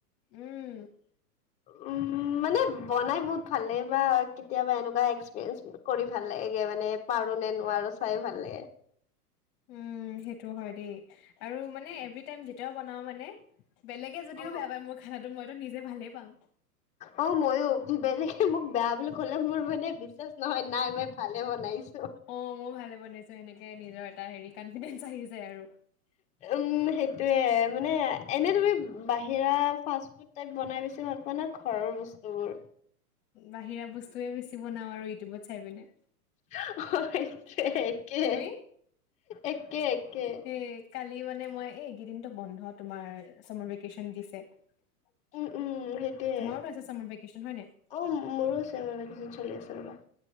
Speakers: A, on the left; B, on the left.
A: উম,
B: উম, মানে বনাই বহুত <unintelligible> বা কেতিয়াবা এনেকুৱা এক্সপিৰিয়েঞ্চ কৰি ভাল লাগে গে মানে পাৰোঁ নে নোৱাৰোঁ চাইও ভাল লাগে।
A: উম, সেইটো হয় দেই আৰু মানে এভৰীটাইম যেতিয়াও বনাও মানে বেলেগে যদিও
B: অ
A: বেয়া পায় মোৰ খানাতো মইতো নিজে ভালেই পাম।
B: অ', ময়ো বেলেগে মোক বেয়া বুলি ক'লেও মোৰ মানে বিশ্বাস নহয়, নাই মই ভালেই বনাইছোঁ
A: অ', মই ভালে বনাইছোঁ সেনেকে নিজৰ এটা হেৰি কানফিডেঞ্চ আহি যায় আৰু
B: উম, সেইটোয়ে মানে এনে তুমি বাহিৰা ফাষ্ট-ফুড টাইপ বনাই বেছি ভাল পোৱা নে ঘৰৰ বস্তুবোৰ?
A: বাহিৰা বস্তুয়ে বেছি বনাওঁ আৰু ইউটিউবত চাই পিনে।
B: <unintelligible> একে একে,
A: তুমি?
B: একে একে।
A: সেই কালি মানে মই এই গিদিনতো বন্ধ, তোমাৰ চামাৰভেকেচন দিছে। তোমাৰোতো
B: উম উম সেইটোয়ে।
A: আছে চামাৰভেকেচন হয় নাই?
B: অ', মোৰো চামাৰভেকেচন চলি আছে ৰ'বা।